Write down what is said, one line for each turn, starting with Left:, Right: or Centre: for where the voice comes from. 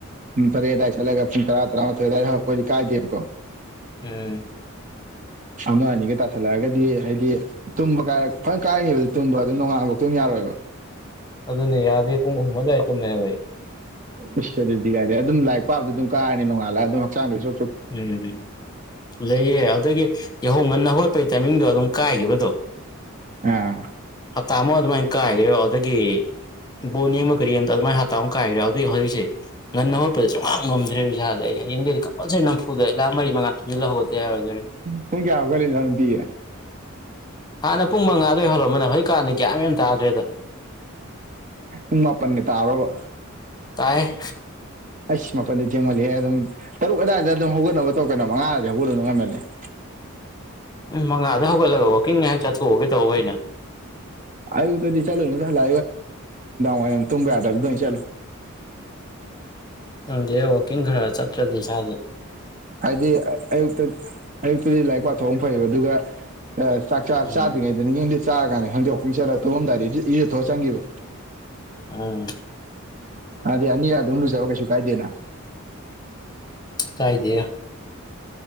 Right: ꯄꯨꯡ ꯇꯔꯦꯠ ꯑꯗꯨꯋꯥꯏ ꯆꯠꯂꯒ ꯄꯨꯡ ꯇꯔꯥ ꯇꯔꯥꯃꯥꯊꯣꯏ ꯑꯗꯨꯋꯥꯏꯗ ꯍꯧꯔꯛꯄꯗꯤ ꯀꯥꯏꯗꯦꯕꯀꯣ
Left: ꯎꯝ
Right: ꯑꯃ ꯑꯅꯤꯒ ꯇꯥꯁꯜꯂꯛꯑꯒꯗꯤ ꯍꯥꯏꯗꯤ ꯇꯨꯝꯕ ꯀꯥꯏꯔ ꯐꯖꯅ ꯀꯥꯏꯔꯤꯉꯕ ꯇꯨꯝꯕ ꯑꯗꯨꯝ ꯅꯣꯡꯉꯥꯜꯈꯧꯛꯇꯝ ꯌꯥꯔꯣꯏꯕ
Left: ꯑꯗꯨꯅ ꯌꯥꯗꯦ ꯄꯨꯡ ꯃꯃꯒꯥꯏꯇ ꯃꯌꯥꯝꯃꯦꯦ
Right: ꯏꯁ ꯑꯗꯨꯗꯤ ꯀꯥꯏꯗꯦ ꯑꯗꯨꯝ ꯂꯥꯏꯔꯤꯛ ꯄꯥꯕꯗꯤ ꯑꯗꯨꯝ ꯀꯥꯔꯅꯤ ꯅꯣꯡꯉꯥꯂꯒ ꯑꯗꯨꯝ ꯍꯛꯆꯥꯡꯗꯩꯁꯨ
Left: ꯎꯝ ꯂꯩꯌꯦ ꯑꯗꯨꯗꯒꯤ ꯌꯍꯧ ꯉꯟꯅ ꯍꯣꯠ ꯑꯄꯩ ꯇꯥꯏꯃꯤꯡꯗꯣ ꯑꯗꯨꯝ ꯀꯥꯏꯈꯤꯕꯗꯣ
Right: ꯑꯥ
Left: ꯍꯞꯇꯥ ꯑꯃ ꯑꯗꯨꯃꯥꯏ ꯀꯥꯏꯒꯦꯣ ꯑꯗꯨꯗꯒꯤ ꯕꯣꯟ ꯌꯦꯡꯃꯒꯔꯤ ꯌꯦꯡꯗ ꯑꯗꯨꯃꯅꯞꯇꯥꯥꯎ ꯑꯃ ꯀꯥꯏꯈ꯭ꯔꯦ ꯍꯧ ꯑꯗꯨꯗꯏ ꯍꯧꯖꯤꯛꯁꯦ ꯉꯟꯅ ꯍꯣꯠꯄꯗ ꯉꯝꯗ꯭ꯔꯦꯕ ꯏꯁꯥꯥꯁꯦ ꯑꯩ ꯍꯌꯦꯡꯗꯒꯤꯗꯤ ꯀꯝꯄꯜꯁꯔꯤ ꯅꯝꯐꯨꯗ ꯑꯩ ꯂꯥꯛ ꯃꯔꯤ ꯃꯉꯥ ꯊꯝꯖꯤꯜꯍꯧꯕ ꯌꯥꯔꯣꯏꯗꯣꯏꯦ
Right: ꯄꯨꯡ ꯀꯌꯥꯒ ꯂꯩꯖꯅ ꯄꯤꯌꯦ
Left: ꯍꯥꯟꯅ ꯄꯨꯡ ꯃꯉꯥꯗ ꯍꯧꯜꯔꯛꯑꯃꯅꯦ ꯍꯖꯤꯣꯏ ꯀꯥꯟꯅ ꯀꯒ꯭ꯌꯥ ꯌꯥꯝ ꯇꯥꯗ꯭ꯔꯦꯗꯣ
Right: ꯏ ꯃꯥꯄꯟꯅꯤ ꯇꯥꯔꯕ
Left: ꯇꯥꯏ
Right: ꯑꯩꯁ ꯃꯄꯜꯗꯤ ꯊꯦꯡꯃꯜꯂꯦ ꯑꯗꯨꯝ ꯇꯔꯨꯛ ꯑꯗꯥꯏꯗ ꯑꯗꯨꯝ ꯍꯧꯒꯠꯅꯕ ꯇꯧꯀꯅꯣ ꯃꯉꯥꯗꯤ ꯍꯧꯒꯠꯂꯨꯅ ꯉꯝꯃꯜꯂꯦ ꯑꯗꯨ
Left: ꯎꯝ ꯃꯉꯥꯗ ꯍꯧꯒꯠꯂꯒ ꯋꯥꯛꯀꯤꯡ ꯉꯥꯏꯍꯥꯛ ꯆꯠꯊꯣꯛꯑꯒꯦ ꯇꯧꯕ ꯑꯩꯅ
Right: ꯑꯌꯨꯛꯇꯗꯤ ꯆꯂꯅꯤ ꯆꯂ ꯋꯥꯍ ꯇꯨꯝꯕꯦ ꯍꯥꯏꯗ ꯆꯂꯣ
Left: ꯈꯪꯗꯦ ꯋꯥꯛꯀꯤꯡ ꯈꯔ ꯆꯠꯇ꯭ꯔꯗꯤ ꯏꯁꯥꯗꯤꯦ
Right: ꯍꯥꯏꯗꯤ ꯑꯌꯨꯛꯇ ꯑꯌꯨꯛꯇꯗꯤ ꯂꯥꯏꯔꯤꯛ ꯄꯥꯊꯣꯛ ꯑꯃ ꯐꯩꯌꯦꯕ ꯑꯗꯨꯒ ꯑꯦ ꯆꯥꯛ ꯆꯥ
Left: ꯎꯝ
Right: ꯆꯥꯗ꯭ꯔꯤꯉꯩꯗꯅꯤ ꯌꯦꯡꯗꯦ ꯆꯥꯔ ꯀꯥꯟꯗ ꯈꯪꯗꯣꯛ ꯈꯪ ꯆꯠꯂ ꯇꯨꯍꯝꯗꯥꯏꯗꯤ ꯏꯁꯨ ꯊꯣꯛꯑ ꯆꯟꯈꯤꯕ
Left: ꯎꯝ
Right: ꯑꯗ ꯑꯅꯤꯌꯥ ꯣꯁꯕꯒꯦꯁꯨ ꯀꯥꯏꯗꯅ
Left: ꯆꯥꯏꯗꯌꯥ